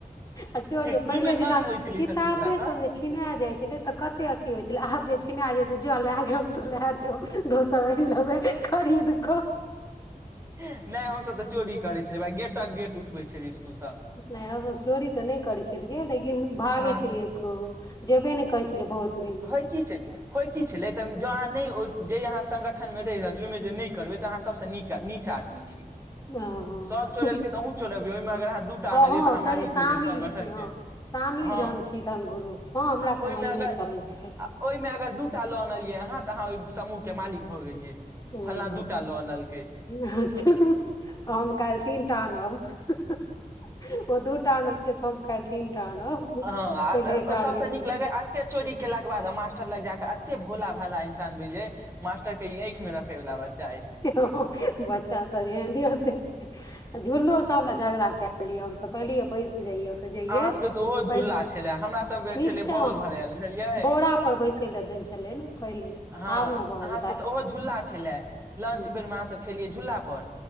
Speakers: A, on the left; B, on the right.
A: आ चोरी
B: इसकुल
A: पहिले
B: मे
A: जेना
B: नाम होइ छलै
A: किताबे
B: ई सब चीज लए
A: सब
B: क
A: जे छिना जाय छले ते कते अथी होय छले आब जे छिना जेे जल लैय गेल तो लए जो दोसर आइन लेबै खरीद क
B: नहि हमसभ तऽ चोरी करै छेलियै भाइ गेटक गेट उठबै छलियै इसकुलसँ
A: नहि हम चोरी तऽ नहि करै छलियै लेकिन भागै
B: हँ
A: छेलियै कहू जेबे नहि करै छलियै बहुत दिन
B: होइ की छै होइ की छले तऽ जँ अहाँ जै अहाँ संगठन मे रहि रहल छी ओहि मे जे नहि करबै तऽ अहाँ सबसँ नीक नीच आदमी छी
A: हँ
B: <unintelligible> सभ चोरेलकै तऽ अहू चोरेबियै ओहिमे अगर अहाँ दू टा आनलियै
A: हँ
B: तऽ अहाँ
A: सॉरी
B: मालिक
A: शामिल
B: भेलियै संगठन
A: छी हँ
B: के
A: शामिल
B: हँ
A: जहन छी तहन ग्रुप मे हमरा
B: आ ओहिमे
A: सभमे
B: अगर
A: ई नहि चलै छलै
B: आ ओहिमे अगर दू टा लो अनलियै अहाँ तऽ अहाँ ओहि समूह के मालिक भऽ गेलियै
A: हँ
B: फल्ना दूटा
A: अच्छा
B: ल अनलकेै
A: <unintelligible> हम काल्हि तीनटा आन ओ दूटा आनलकै तऽ हम काल्हि तीनटा आनब
B: हँ
A: पहिलिये टारगेट
B: सबसे नीक लगे एते चोरी केलाक के बाद मास्टर लग जाक एत्तेक भोला भाला इंसान जे मास्टर के ई आँखि मे रखे वला बच्चा अछि
A: बच्चा तऽ जेहन से झूललो सब लए झगड़ा कए लियै हमसभ पहिलिये बैस जाइएऽ जइयै
B: अहाँ सबके तऽ ओहो झूला
A: पहिले
B: छले हमरा सबके
A: नीचा
B: छले बॉल भरायल बुझलियै
A: बोरा पर बैसै लए दै छलै ने पहिले
B: हँ
A: आब ने भऽ
B: अहाँ
A: गेलै
B: सभके तऽ ओहो झूला छलए लंच
A: हूँ
B: बेरमे अहाँसभ खेलियै झूला पर